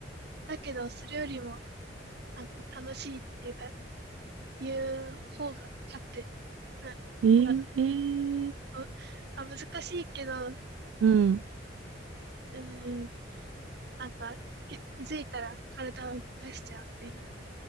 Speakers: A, on the right; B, on the right.
A: だけど、それよりも、なんか楽しいっていうか、いう方が勝って、な、
B: え
A: なんだろう、
B: えー、
A: うあ、難しいけど、
B: うん。
A: うん、なんか、き気づいたら体を動かしちゃうみたいな